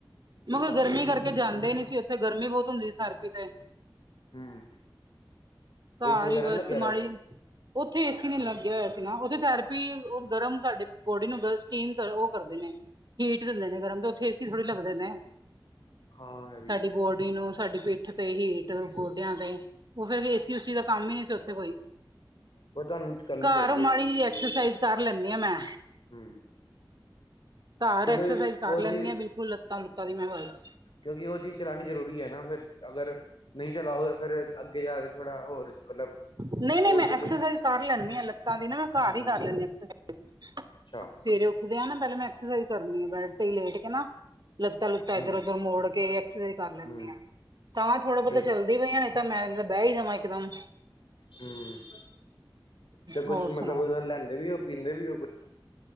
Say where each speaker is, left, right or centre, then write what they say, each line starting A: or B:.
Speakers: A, on the left (about 75°); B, on the right (about 55°).
A: ਅੱਛਾ
B: ਮਗਰ ਗਰਮੀ ਕਰਕੇ ਜਾਂਦੇ ਨਹੀਂ ਸੀ, ਉੱਥੇ ਗਰਮੀ ਬਹੁਤ ਹੁੰਦੀ ਸੀ ਥੈਰੇਪੀ ਤੇ।
A: ਹਮ।
B: ਘਰ
A: ਏਸੀ ਵਗੈਰਾ
B: ਹੀ ਬੱਸ
A: ਨਹੀਂ ਲੱਗਿਆ
B: ਮਾੜੀ,
A: ਰਿਹਾ ਸੀ
B: ਉੱਥੇ। ਏਸੀ ਨਹੀਂ ਲੱਗਿਆ ਹੋਇਆ ਸੀ ਨਾ, ਉਹਦੀ ਥੈਰੇਪੀ ਉਹ ਗਰਮ ਸਾਡੇ ਬੋਡੀ ਨੂੰ ਸਟੀਮ ਉਹ ਕਰਦੇ ਨੇ। ਹੀਟ ਦਿੰਦੇ ਨੇ ਗਰਮ, ਤੇ ਉੱਥੇ ਏਸੀ ਥੋੜ੍ਹੇ ਲਗਦੇ ਨੇ।
A: ਹਾਂ। ਵੀ
B: ਸਾਡੀ
A: ਹੈ
B: ਬੋਡੀ ਨੂੰ, ਸਾਡੀ ਪਿੱਠ ਤੇ ਹੀਟ ਗੋਡਿਆਂ ਤੇ। ਉਹ ਫਿਰ ਏਸੀ ਉਸੀ ਦਾ ਕੰਮ ਹੀ ਨਹੀਂ ਸੀ ਉੱਥੇ ਕੋਈ।
A: ਉਹ ਤੁਹਾਨੂੰ। ਕਰਨੀ
B: ਘਰ
A: ਚਾਹੀਦੀ
B: ਮਾੜੀ
A: ਹੈ
B: ਜਹੀ ਐਕਸਰਸਾਈਜ਼ ਕਰ ਲੈਂਦੀ ਆਂ ਮੈਂ।
A: ਹਮ।
B: ਘਰ
A: ਕਿਉਂਕਿ
B: ਐਕਸਰਸਾਈਜ਼
A: ਉਹ
B: ਕਰ ਲੈਂਦੀ
A: ਜੀ
B: ਹਾਂ ਬਿਲਕੁਲ ਲੱਤਾਂ ਲੁਤਾਂ ਦੀ ਮੈਂ ਬਸ।
A: ਕਿਉਂਕਿ ਉਹ ਚੀਜ਼ ਚਲਾਉਣੀ ਜ਼ਰੂਰੀ ਹੈ ਨਾ, ਫਿਰ ਅਗਰ। ਨਹੀਂ ਚਲਾਓ, ਫਿਰ ਅੱਗੇ ਜਾ ਕੇ ਥੋੜਾ ਹੋਰ ਮਤਲਬ।
B: ਨਹੀਂ- ਨਹੀਂ
A: ਓਲਡ
B: ਮੈਂ ਐਕਸਰਸਾਈਜ਼ ਕਰ ਲੈਂਦੀ ਹਾਂ ਲੱਤਾਂ ਦੀ ਨਾ, ਮੈਂ ਘਰ
A: ਹਮ
B: ਹੀ ਕਰ ਲੈਂਦੀ।। ਸਵੇਰੇ
A: ਅੱਛਾ
B: ਉੱਠਦੇ ਆ ਨਾ, ਪਹਿਲਾਂ ਮੈਂ ਐਕਸਰਸਾਈਜ਼ ਕਰਨੀ ਆ ਬੈਡ‌। ਉੱਥੇ ਹੀ ਲੇਟ ਕੇ ਨਾ, ਲੱਤਾ ਲੁੱਤਾ
A: ਹਮ
B: ਇੱਧਰ ਉੱਧਰ ਮੋੜ ਕੇ ਐਕਸਰਸਾਈਜ਼ ਕਰ ਲੈਂਦੀ
A: ਹਮ
B: ਹਾਂ। ਤਾਂ ਥੋੜ੍ਹਾ ਬਹੁਤਾ
A: ਤੇ
B: ਚੱਲਦੀ ਪਈਆਂ, ਨੇ ਤਾਂ ਮੈਂ ਬਹਿ ਹੀ ਜਾਵਾਂ ਇੱਕਦਮ।
A: ਹਮ, ਤੇ
B: ਹੋਰ
A: ਕੁਛ
B: ਸੁਣਾਓ
A: ਮਤਲਬ ਉਹਦਾ ਨਾਲ ਲੈਂਦੇ ਵੀ ਹੋ, ਪੀਂਦੇ ਵੀ ਹੋ ਕੁਛ